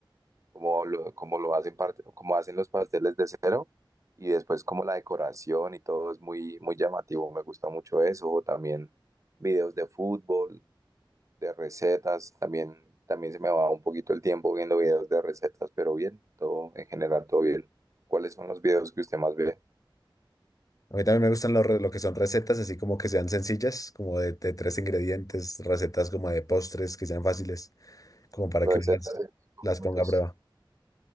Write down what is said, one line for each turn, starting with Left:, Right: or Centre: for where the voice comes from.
Right: cómo lo, cómo lo hacen, parte- cómo hacen los pasteles de cero y después como la decoración y todo es muy, muy llamativo. Me gusta mucho eso. O también videos de fútbol, de recetas. También, también se me va un poquito el tiempo viendo videos de recetas, pero bien, todo en general, todo bien. ¿Cuáles son los videos que usted más ve?
Left: A mí también me gustan lo, re- lo que son recetas, así como que sean sencillas, como de, de tres ingredientes, recetas como de postres que sean fáciles, como para
Right: Recetas
Left: que uno las,
Right: de
Left: las
Right: minutos.
Left: ponga a prueba.